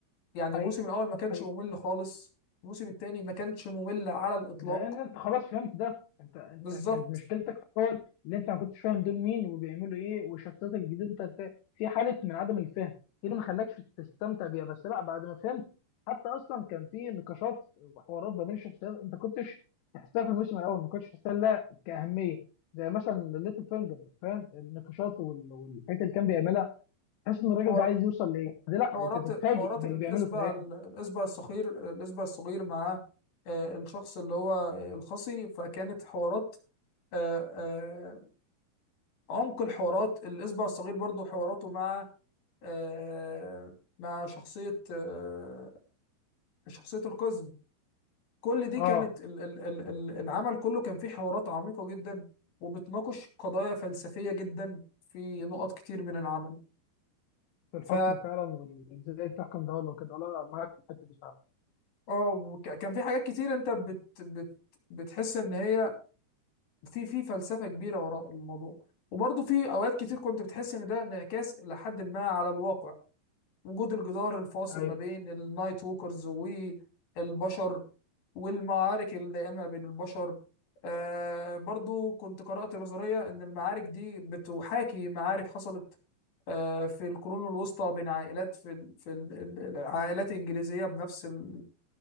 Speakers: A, on the left; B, on the left.
A: يعني
B: حقيقي
A: الموسم الأول ما كانش
B: حقيقي
A: ممل خالص الموسم الثاني ما كانش ممل على الإطلاق
B: لان انت خلاص فهمت ده انت انت
A: بالظبط
B: كانت مشكلتك في الاول اللي انت ما كنتش فاهم دول مين وبيعملوا ايه والشخصيات الجديده انت أنت في حاله من عدم الفهم دي اللي ما خلاكش تستمتع بيها بس لا بعد ما فهمت حتى اصلا كان في نقاشات وحوارات ما بين الشخصيات انت كنتش تحسها في الموسم الاول ما كنتش تحسها لها كاهميه زي مثلا ليتل فينجر فاهم النقاشات وال- والحاجات اللي كان بيعملها تحس ان الراجل
A: حوار-
B: ده عايز يوصل لايه ده لا
A: حوارات
B: انت بتتفاجئ
A: حوارات
B: باللي
A: الإسبة
B: بيعمله في الاخر
A: الإسبة الصغير الإسبة الصغير مع آه، الشخص اللي هو الخصي فكانت حوارات آه، آه، عمق الحوارات الإسبة الصغير برضو حواراته مع آه، مع شخصية آه، شخصية القزم كل دي كانت
B: اه
A: ال- ال- ال- ال- العمل كله كان فيه حوارات عميقة جدا وبتناقش قضايا فلسفية جدا في نقط كتير من العمل
B: في الحكم
A: ف
B: فعلا وازاي تحكم ده ولا كده لا لا معاك في الحته دي فعلا
A: اه وك- كان في حاجات كتير انت بت... بت... بتحس ان هي في في فلسفة كبيرة وراء الموضوع وبرضه في اوقات كتير كنت بتحس ان ده انعكاس لحد ما على الواقع وجود الجدار الفاصل
B: ايوه
A: ما بين النايت ووكرز والبشر والمعارك الدائمة بين البشر آه برضو كنت قرأت نظرية إن المعارك دي بتحاكي معارك حصلت آه في القرون الوسطى بين عائلات في ال- في ال- ال- العائلات الإنجليزية بنفس ال